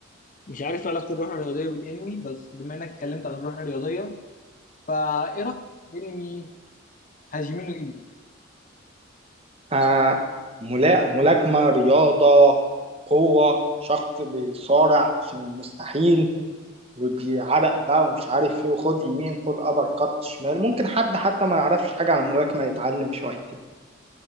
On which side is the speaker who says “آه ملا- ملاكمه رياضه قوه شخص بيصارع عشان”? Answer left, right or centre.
Right